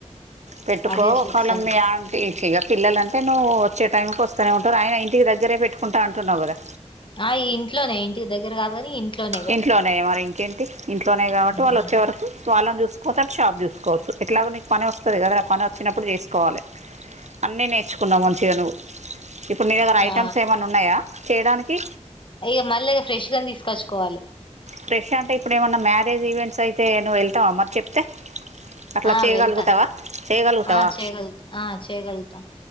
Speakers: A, on the right; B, on the left.
A: పెట్టుకో
B: అదే చూస్తున్నా
A: ఒకాళ మీయ టిచిగ పిల్లలంటే నువ్వు వచ్చే టైమ్కి వస్తనే ఉంటారు ఆయన ఇంటి దగ్గరే పెట్టుకుంటా అంటున్నావు కదా
B: ఆ ఇంట్లోనే ఇంటికి దగ్గర కాదు కాని ఇంట్లోనే ఇగ
A: ఇంట్లోనే మరి ఇంకేంటి ఇంట్లోనే కాబట్టి
B: ఉమ్
A: వాళ్ళు వ చ్చే వరకు వాళ్ళని చూస్పోతే అటు షాప్ చూసుకోవచ్చు ఎట్లాగ నీకు పని వస్తది కదా పని వచ్చినప్పుడు చేసుకోవాలి అన్నీ నేర్చుకున్నావు మంచిగా నువ్వు ఇప్పుడు నీ దగ్గర ఐటమ్స్
B: ఆ
A: ఏమన్నా ఉన్నాయా చేయడానికి
B: ఇగ మళ్ళీ ఫ్రెష్గా తీస్కొచ్చుకోవాలి
A: ఫ్రెష్ అంటే ఇప్పుడు ఏమన్నా మ్యారేజ్ ఈవెంట్స్ అయితే నువ్వు వెళ్తావ మరి చెప్తే అట్లా
B: ఆ
A: చేయగలుగుతావా
B: వెళ్తా
A: చేయగలుగుతావా
B: ఆ చేయగలుగుతా ఆ చేయగలుగుతా